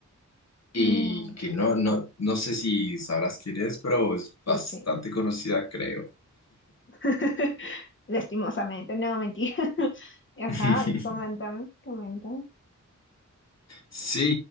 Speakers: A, on the left; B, on the left.
A: y
B: No,
A: que no, no, no sé si sabrás quién es, pero es bastante
B: sí, sí.
A: conocida, creo.
B: <laughs> Lastimosamente, no, mentira. <laughs> Ajá,
A: <laughs>
B: y coméntame, coméntame.
A: Sí,